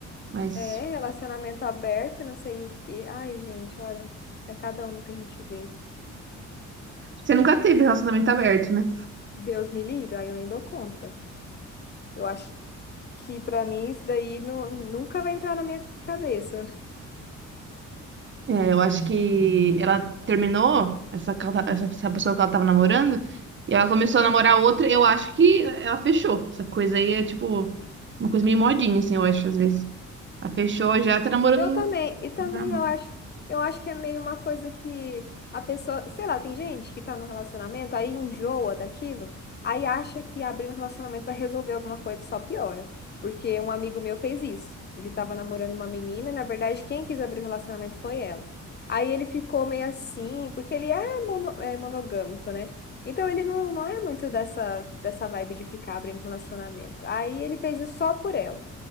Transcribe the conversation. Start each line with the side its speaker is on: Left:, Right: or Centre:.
Right: Mas
Left: É, relacionamento aberto, e não sei o quê. Ai, gente, olha, é cada uma que a gente vê.
Right: você nunca teve relacionamento aberto, né?
Left: Deus me livre, aí eu nem dou conta. Eu acho que pra mim isso daí nu- nunca vai entrar na minha cabeça.
Right: É, eu acho que ela terminou essa, que ela tá- essa, essa pessoa que ela tava namorando e ela começou a namorar outra. Eu acho que ela fechou. Essa coisa aí é tipo uma coisa meio modinha, assim, eu acho, às vezes. Ela fechou, já tá namorando.
Left: Eu também, e também
Right: normal.
Left: eu acho, eu acho que é meio uma coisa que a pessoa, sei lá, tem gente que tá num relacionamento, aí enjoa daquilo, aí acha que abrir um relacionamento vai resolver alguma coisa e só piora. Porque um amigo meu fez isso. Ele tava namorando uma menina, e na verdade, quem quis abrir o relacionamento foi ela. Aí ele ficou meio assim, porque ele é, mono- é monogâmico, né? Então ele não, não é muito dessa, dessa vibe de ficar abrindo relacionamento. Aí ele fez isso só por ela.